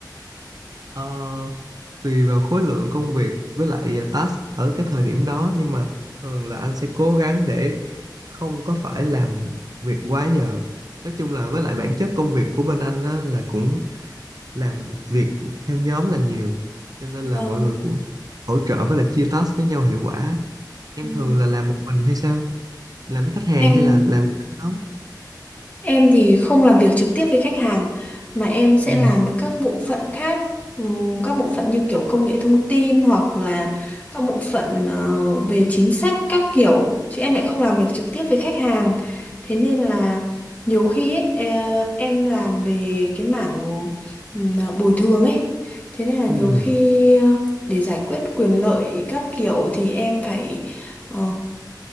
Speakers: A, on the right (about 55°); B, on the left (about 20°).
A: Ờ, tùy vào khối lượng công việc với lại ờ, task ở cái thời điểm đó nhưng mà thường là anh sẽ cố gắng để không có phải làm việc quá giờ. Nói chung là với lại bản chất công việc của bên anh á, là cũng làm việc theo nhóm là nhiều cho nên
B: vâng
A: là mọi người cũng hỗ trợ với lại chia task với nhau hiệu quả. Em
B: Ừ.
A: thường là làm một mình hay sao? Làm với khách hàng
B: em
A: hay là làm với nhóm?
B: Em thì không làm việc trực tiếp với khách hàng mà em sẽ
A: Ừ.
B: làm với các bộ phận khác, Ừm, các bộ phận như kiểu công nghệ thông tin hoặc là các bộ phận ờ, về chính sách các kiểu chứ em lại không làm việc trực tiếp với khách hàng. Thế nên là nhiều khi ấy, ờ, em làm về cái mảng ừm, bồi thường ấy. Thế nên là nhiều
A: Ừ.
B: khi ờ, để giải quyết quyền lợi các kiểu thì em phải ờ,